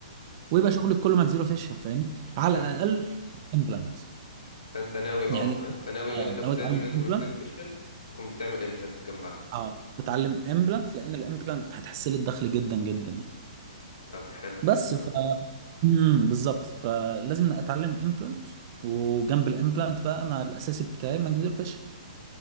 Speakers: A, on the right; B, on the left.
A: ويبقى شغلي كله ماجزيلو فيشيال فاهمني على
B: فانت
A: الاقل امبلانت
B: فانت ناوي اه
A: يعني
B: فانت ناوي
A: اه
B: وانت بتعمل
A: ناوي اتعلم
B: الماكسيلوفيشل
A: امبلانت
B: تكون بتعمل امبلانت جنبها
A: اه بتعلم امبلانت لان الامبلانت هتحسن لي الدخل جدا جدا يعني
B: طب حلو حلو
A: بس ف
B: أوي.
A: امم بالظبط فلازم اتعلم امبلانت وجنب الامبلانت بقى انا الاساسي بتاعي ماجنيزيوم الفشل